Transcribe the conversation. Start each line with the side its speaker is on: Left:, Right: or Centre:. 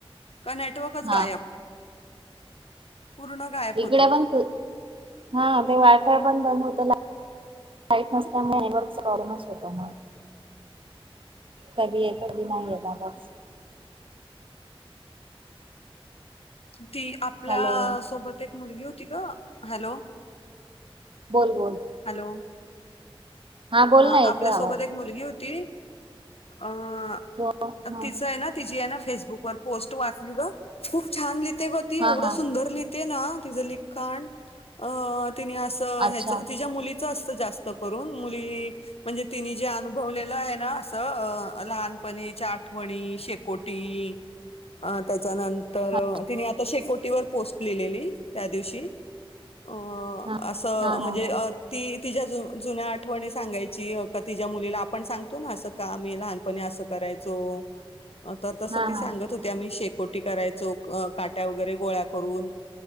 Left: का नेटवर्कच
Right: हा
Left: गायब. पूर्ण गायब होतो
Right: इकडं पण खूप हा ते वाय फाय पण बंद होत, लाईट नसल्यामुळे नेटवर्कचा प्रॉब्लेमच होतो. कधी येतो कधी नाही येत अस.?
Left: ती आपल्या
Right: हॅलो
Left: सोबत एक मुलगी होती, ग हॅलो!
Right: बोल, बोल.
Left: हॅलो
Right: बोल
Left: हा
Right: ना येतोय
Left: आपल्यासोबत
Right: आवाज
Left: एक मुलगी होती. अ
Right: हो हा
Left: तिचं आहे, ना तिची आहे ना फेसबुक वर पोस्ट वाचली ग खूप छान! लि लिहिते, गं ती
Right: हा
Left: एवढं
Right: हा
Left: सुंदर लिहीते, ना तिचं लिखाण अ तिने अस
Right: अच्छा
Left: ह्याच तिच्या मुलीचं असतं जास्त करून मु ती म्हणजे तिने जे अनुभवलेला आहेना, असं लहानपणीच्या आठवणी कोटी आ त्यानंतर
Right: हा
Left: तिने आता शेकोटीवर पोस्ट लिहिलेली त्या दिवशी. अ
Right: हा
Left: असं
Right: हा हा
Left: म्हणजे,
Right: हा
Left: ती तिच्या जुन्या आठ आठवणी सांगायची का तिच्या मुलीला आपण सांगतो ना असं का आम्ही लहानपणी असं करायचो. तर तसं
Right: हा
Left: ती सांगत
Right: हा
Left: होती आम्ही शेकोटी करायचो काट्या वगैरे गोळा करून.